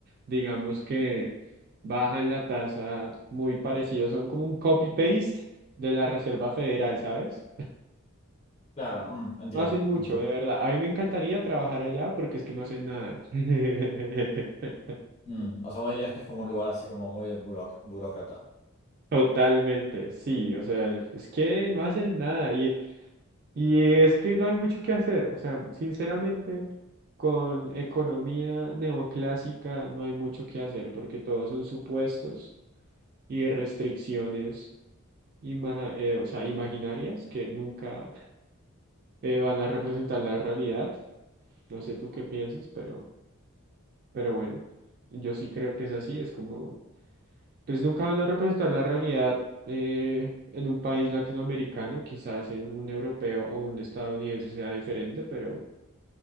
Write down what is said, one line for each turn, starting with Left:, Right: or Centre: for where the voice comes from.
Right: Digamos que bajan la tasa muy parecido, son como un copy-paste de la Reserva Federal, ¿sabes?
Left: Claro,
Right: No
Left: mm, entiendo.
Right: no hacen mucho,
Left: Ujú.
Right: de verdad. A mí me encantaría trabajar allá porque es que no hacen nada. <laughs>
Left: Mm, O sea, vos dirías que es como un lugar así como muy buroc- burócrata.
Right: Totalmente, sí, o sea, es que no hacen nada y, y es que no hay mucho que hacer, o sea, sinceramente, con economía neoclásica no hay mucho que hacer porque todos son supuestos y restricciones, ima- eh, o sea, imaginarias que nunca eh, van a representar la realidad. No sé tú qué piensas, pero... Pero bueno, yo sí creo que es así, es como, pues nunca van a representar la realidad eh, en un país latinoamericano, quizás en un europeo o un estadounidense sea diferente, pero,